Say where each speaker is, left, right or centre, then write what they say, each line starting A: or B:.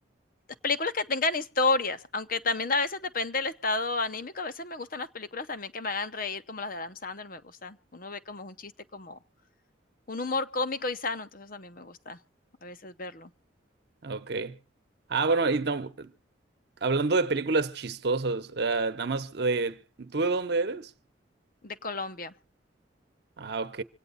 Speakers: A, on the left; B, on the right.
A: películas que tengan historias, aunque también a veces depende del estado anímico, a veces me gustan las películas también que me hagan reír, como las de Adam Sandler, me gusta. Uno ve como un chiste, como un humor cómico y sano, entonces también me gusta a veces verlo.
B: Ah, Ok. Ah, bueno, y no, hablando de películas chistosas, eh, nada más de, ¿tú de dónde eres?
A: De Colombia.
B: Ah, ok.